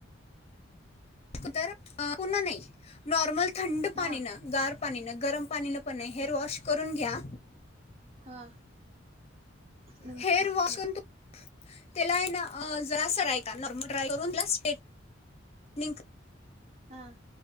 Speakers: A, on the left; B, on the right.
A: क तर पुन्हा नाही नॉर्मल थंड
B: हा
A: पाणी न गार पाणी न गरम पाणी न पण नाही हेअर वॉश करून घ्या.
B: हा नमस्ते
A: हेअर वॉश
B: हा
A: करून तु तेला हाय ना अ जरा सरय का नॉर्मल ड्राय करून प्लस स्ट्रेट निंग
B: हा